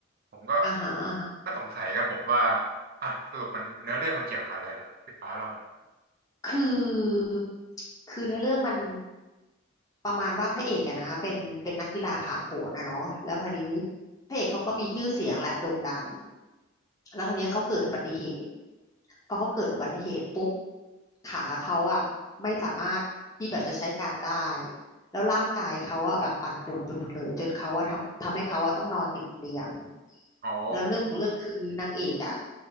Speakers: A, on the right; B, on the left.
A: ผมก็
B: อ่าฮะอ่าฮะ
A: ก็สงสัยครับผมว่าอ่ะสรุปมันเนื้อเรื่องมันเกี่ยวกับอะไรเหรอพี่ปาเล่าหน่อย
B: คือคือเนื้อเรื่องมันประมาณว่าพระเอกอะนะเป็นเป็นนักกีฬาผาดโผนนะเนาะแล้วคราวนี้พระเอกเขาก็มีชื่อเสียงแหละโด่งดังแล้วคราวนี้เขาเกิดอุบัติเหตุพอเขาเกิดอุบัติเหตุปุ๊บขาเขาอะไม่สามารถที่แบบจะใช้การได้แล้วร่างกายเขาอะแบบปั่นป่วนไปหมดเลยจนเขาอะทำทำให้เขาอะต้องนอนติดเตียง
A: อ๋อ
B: แล้วเรื่องของเรื่องคือนางเอกอะ